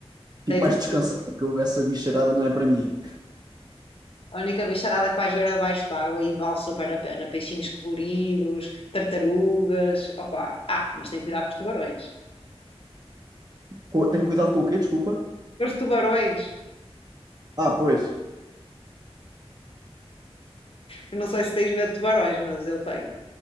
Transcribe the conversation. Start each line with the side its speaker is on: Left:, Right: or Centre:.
Right: Fico
Left: Tens
Right: mais
Left: a
Right: descansado, porque eu- essa bicharada não é para mim.
Left: a única bicharada que vais ver é debaixo d'água e vale super a pena. Peixinhos coloridos, tartarugas, opá. Ah, mas tem que cuidar com os tubarões.
Right: Co- Tenho cuidado com o quê? Desculpa.
Left: Os tubarões,
Right: Ah, pois.
Left: eu não sei se tens medo de tubarões, mas eu tenho.